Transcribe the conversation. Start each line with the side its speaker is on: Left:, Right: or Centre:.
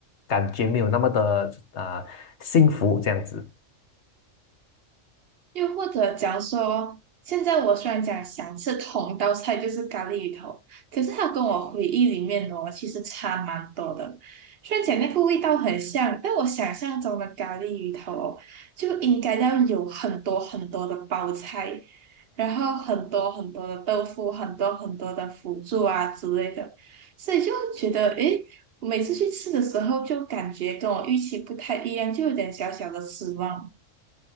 Left: 感觉，没有那么的啊、幸福这样子。
Right: 又或者假如说，现在我虽然讲想吃同道菜就是咖喱鱼头，可是它跟我回忆里面哦，其实差蛮多的。虽然讲那个味道很像，但我想象中的咖喱鱼头哦就应该要有很多很多的包菜。然后很多很多的豆腐，很多很多的辅助啊之类的，所以就觉得，诶，我每次去吃的时候就感觉跟我预期不太一样，就有点小小的失望。